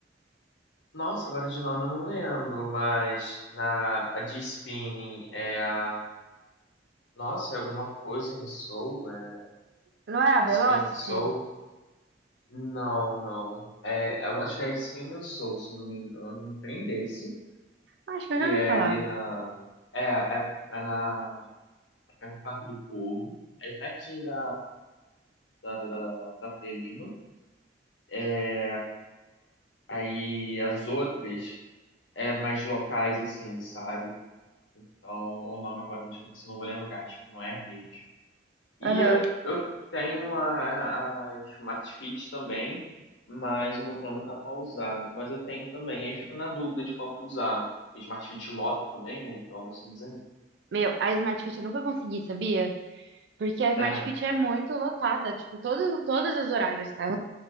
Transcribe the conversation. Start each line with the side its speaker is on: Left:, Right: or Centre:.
Left: Nossa, agora de nome eu não lembro, mas na a de spinning é a Nossa, é alguma coisa em Soul, é
Right: Não é a Velocity?
Left: Spinning Soul? Não, não. É, eu acho que é Spinning Soul, se eu não me engano, um trem desse,
Right: Acho que
Left: que
Right: eu já
Left: é
Right: ouvi falar.
Left: ali na é, é, é na perto do Parque do Povo, aí pertinho da, da, da, da, da Faria Lima. É, aí as outras é mais locais, assim, sabe? Então, o nome agora de cabeça eu não vou lembrar, tipo, não é rede. E
Right: Aham.
Left: eu, eu tenho a, a Smart Fit também, mas o meu plano tá pausado. Mas eu tenho também, aí eu fico na dúvida de qual que usar. Smart Fit lota também, né? Então isso me desanima.
Right: Meu, a Smart Fit eu nunca consegui, sabia? Porque a Smart
Left: É,
Right: Fit é muito lotada, tipo, todos, todas as horários, tá?